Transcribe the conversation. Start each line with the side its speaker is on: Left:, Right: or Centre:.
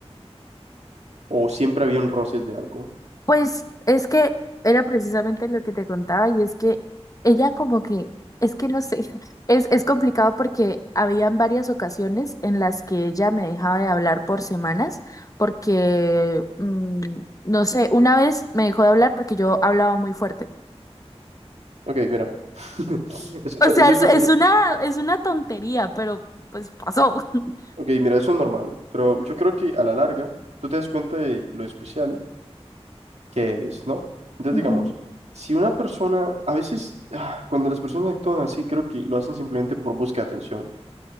Right: o siempre habían roces de algo.
Left: Pues es que era precisamente lo que te contaba y es que ella como que, es que no sé, <laughs> es, es complicado porque habían varias ocasiones en las que ella me dejaba de hablar por semanas porque, mm, no sé, una vez me dejó de hablar porque yo hablaba muy fuerte.
Right: Ok, mira. <laughs> Eso,
Left: O
Right: no-
Left: sea,
Right: eso
Left: es,
Right: yo-
Left: es
Right: eso-
Left: una, es una tontería, pero pues pasó. <laughs>
Right: ok, mira, eso es normal, pero yo creo que a la larga tú te das cuenta de lo especial que eres, ¿no? Entonces,
Left: Ujú.
Right: digamos, si una persona, a veces, ah, cuando las personas actúan así, creo que lo hacen simplemente por búsqueda de atención.